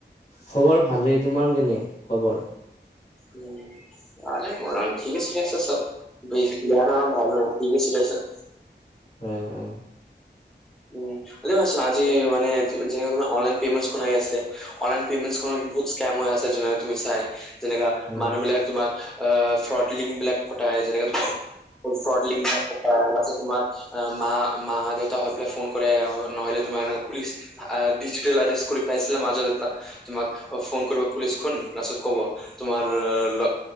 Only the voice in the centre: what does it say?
উম ভে মৰম ঠিকে চলি আছে চব বিয়া ন ভাল ঠিকে চলি আছে
উম হলে হইছোন আজি মানে যোনে যোনে অনলাইন প্ৰেমেন কৰাই আছে অনলাইন প্ৰেমেণ খনত বহুত স্কেম হৈ আছে যোনে তুমি চাই যেনেকা
মানুহবিলাক তোমাক ফ্ৰডলিংক বিলাক পঠাই যেনেকা ফ্ৰডলিংক বোৰ পঠাই লাষ্টত তোমাৰ মা মা- দেউতাহত ফোন কৰে নহলে তোমাৰ এনেকা পুলিচ ডিজিটেল এৰেষ্ট কৰি পাইছিল পেলাইছিল মাজত এটা তোমাক ফোন কৰিব পুলিচফোন লাষ্টত ক'ব তোমাৰ ল